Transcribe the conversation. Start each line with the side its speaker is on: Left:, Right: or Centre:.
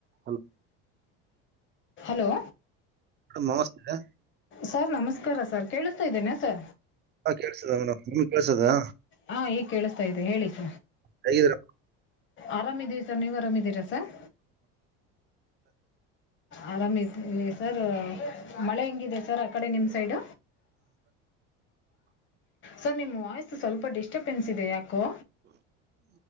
Right: Hello.
Left: Hello.
Right: Madam ನಮಸ್ತೆ.
Left: Sir ನಮಸ್ಕಾರ sir ಕೇಳತಾ ಇದ್ದೇನೆ ಸ
Right: ಹಾ ಕೇಳ್ಸದ ಮೇಡ ನಿಮ ಕೇಸದಾ
Left: ಹಾ ಈಗ್ ಕೇಳಸ್ತಾ ಇದ್ದದೆ ಹೇಳಿಿಸ
Right: ಹೇಗಿದ್ದೀರಾ
Left: ಆರಾಮಿದೀವಿ ಸರ್ ನೀವು ಆರಾಮಿದ್ದೀರಾ ಸರ್ ಆರಾಮವಿ ಸರ್ ಮಳೆ ಹೆಂಗಿದೆ ಸರ್ ಆ ಕಡೆ ನಿಮ್ ಸೈಡ್ ಸರ್ ನಿಮ್ಮ್ ವಾಯ್ಸ ಸ್ವಲ್ಪ ಡಿಸ್ಟಬ್ ಪೆನ್ಸಿದೆ ಯಾಕೋ